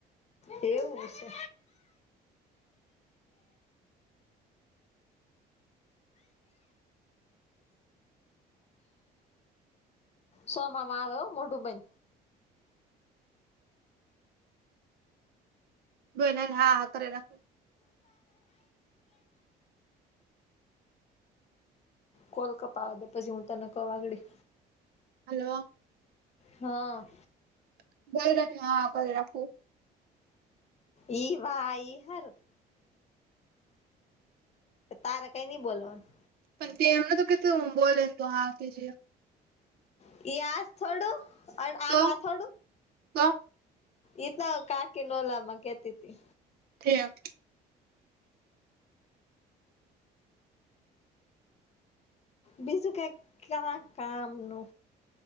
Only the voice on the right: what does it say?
બોય ના હા હા અરે રાખો.
હલો.
<unintelligible> પર રાખું.
પણ તે એમને તો કેધું બોલે ને તો હા કે જે.
તો
તો
થ ઠીક.